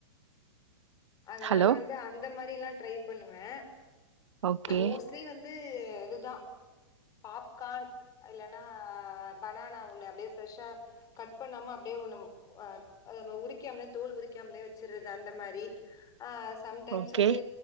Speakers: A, on the left (about 25°); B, on the right (about 80°).
A: அதனால
B: ஹலோ
A: வந்து அந்த மாரி எல்லா ட்ரை பண்ணுவேன்
B: ஓகே
A: மோஸ்ட்லி வந்து இது இதுதான் பாப்கார்ன் இல்லன்னா ஃபனானா ஒண்ணு அப்டியே ஃப்ரெஷ்ஷா கட் பண்ணாம அப்டியே ஒண்ணு ஆ அது உரிக்காம்லே தோல் உரிக்காம்லே வச்சுற்றது அந்த மாரி ஆ சம்டைம்ஸ்
B: ஓகே
A: வந்து